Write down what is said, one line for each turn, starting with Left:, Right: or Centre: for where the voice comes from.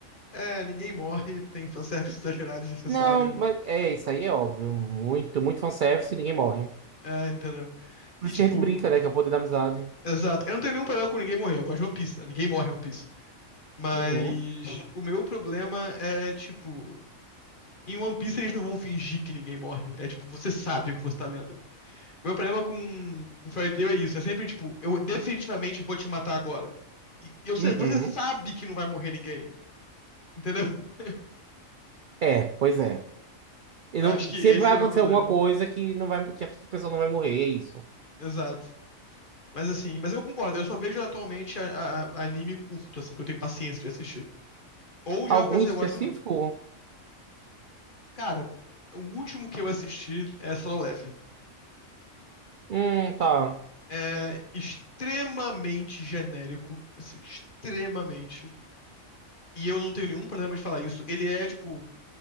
Left: é, ninguém morre, tem fanservice exagerado, desnecessário,
Right: Não, mas é, isso aí é óbvio. Muito, muito fanservice e ninguém morre.
Left: é, entendeu?
Right: Por
Left: E
Right: isso
Left: tipo,
Right: que a gente brinca, né? Que é o poder da amizade.
Left: Exato. Eu não tenho nenhum problema com ninguém morrer. Eu gosto de One Piece. né? Ninguém morre em One Piece. Mas
Right: Uhum.
Left: o meu problema é, tipo, em One Piece eles não vão fingir que ninguém morre. É tipo, você sabe o que você tá lendo. meu problema com, com Fairy Tail é isso. É sempre, tipo, eu definitivamente vou te matar agora. E e eu sei-
Right: Uhum.
Left: você sabe que não vai morrer ninguém. Entendeu? <laughs>
Right: É, pois é. E
Left: Eu
Right: não-
Left: acho que
Right: sempre
Left: esse
Right: vai
Left: é
Right: acontecer
Left: meu problema.
Right: alguma coisa que não vai, que a pessoa não vai morrer, é isso.
Left: Exato. Mas assim, mas eu concordo, eu só vejo atualmente a, a- a- anime curto, assim, que eu tenho paciência de assistir. Ou de
Right: Algum
Left: uma coisa
Right: específico?
Left: que eu gosto muito. Cara, o último que eu assisti é Solo Leveling.
Right: Hum, tá.
Left: É extremamente genérico, assim, extremamente. E eu não tenho nenhum problema de falar isso. Ele é, tipo,